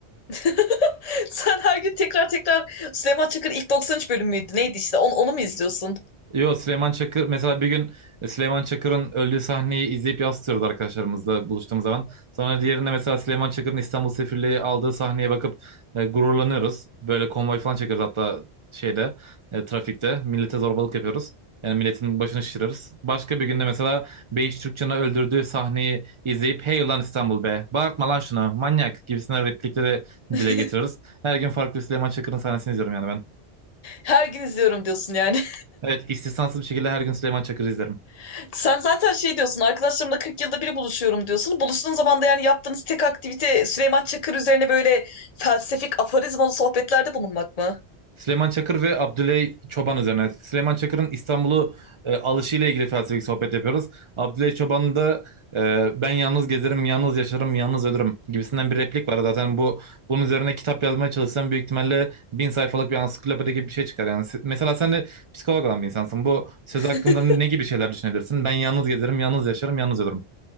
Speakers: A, on the left; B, on the right.
A: <laughs> Sen her gün tekrar tekrar Süleyman Çakır'ın ilk 93 bölüm müydü? Neydi işte? Onu, onu mu izliyorsun?
B: Yo Süleyman Çakır mesela bir gün e, Süleyman Çakır'ın öldüğü sahneyi izleyip yansıtıyoruz arkadaşlarımızla buluştuğumuz zaman. Sonra diğerinde mesela Süleyman Çakır'ın İstanbul Sefirliği aldığı sahneye bakıp e, gururlanıyoruz. Böyle konvoy falan çekiyoruz hatta şeyde e, trafikte millete zorbalık yapıyoruz. Yani milletin başını şişiririz. Başka bir günde mesela Beyiş Türkçen'i öldürdüğü sahneyi izleyip hey ulan İstanbul be bağırtma lan şunu manyak gibisinden replikleri
A: <laughs>
B: dile getiririz. Her gün farklı Süleyman Çakır'ın sahnesini izliyorum yani ben.
A: Her gün izliyorum diyorsun yani.
B: Evet istisnasız bir şekilde her gün Süleyman Çakır'ı izlerim.
A: <laughs> Sen zaten şey diyorsun arkadaşlarımla 40 yılda bir buluşuyorum diyorsun. Buluştuğun zaman da yani yaptığınız tek aktivite Süleyman Çakır üzerine böyle felsefik aforizmalı sohbetlerde bulunmak mı?
B: Süleyman Çakır ve Abdüley Çoban üzerine. Süleyman Çakır'ın İstanbul'u e, alışıyla ilgili felsefik sohbet yapıyoruz. Abdüley Çoban'ın da e, ben yalnız gezerim, yalnız yaşarım, yalnız ölürüm gibisinden bir replik var. Zaten bu bunun üzerine kitap yazmaya çalışsan büyük ihtimalle bin sayfalık bir ansiklopedi gibi bir şey çıkar. Yani se- mesela sen de psikolog olan bir insansın. Bu söz
A: <laughs>
B: hakkında ne gibi şeyler düşünebilirsin? Ben yalnız gezerim, yalnız yaşarım, yalnız ölürüm.